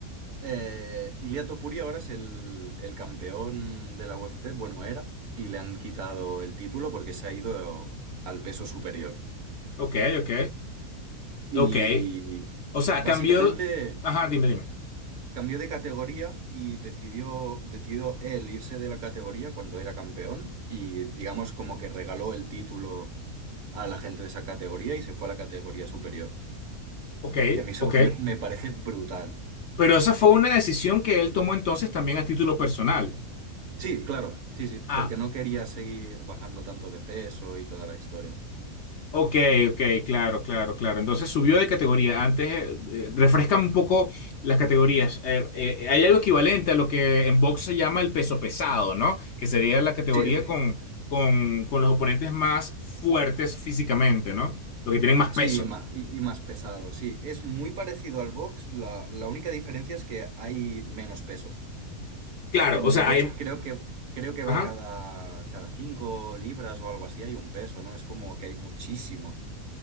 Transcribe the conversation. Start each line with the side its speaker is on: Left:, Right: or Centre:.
Right: eh, Ilia Topuria ahora es el, el campeón de la UFC, bueno, era, y le han quitado el título porque se ha ido al peso superior.
Left: Ok, ok,
Right: Y
Left: ok. O sea,
Right: básicamente
Left: cambió. Ajá, dime, dime.
Right: cambió de categoría y decidió, decidió él irse de la categoría cuando era campeón y digamos como que regaló el título a la gente de esa categoría y se fue a la categoría superior.
Left: Ok,
Right: Y a mí eso
Left: ok.
Right: me me parece brutal.
Left: Pero esa fue una decisión que él tomó entonces también a título personal.
Right: Sí, claro, sí, sí, porque
Left: Ah,
Right: no quería seguir bajando tanto de peso y toda la historia.
Left: ok, ok, claro, claro, claro. Entonces subió de categoría. Antes, eh, eh, refrescan un poco las categorías. Eh, eh, hay algo equivalente a lo que en box se llama el peso pesado, ¿no? Que sería la categoría
Right: Sí,
Left: con, con, con los oponentes más fuertes físicamente, ¿no? Los que tienen más peso.
Right: sí, ma- y, y más pesado, sí. Es muy parecido al box, la, la única diferencia es que hay menos pesos.
Left: Claro,
Right: En
Left: o sea,
Right: el box
Left: hay...
Right: Claro. creo que, creo que
Left: Ajá.
Right: va cada, cada 5 libras o algo así, hay un peso, ¿no? Es como que hay muchísimos.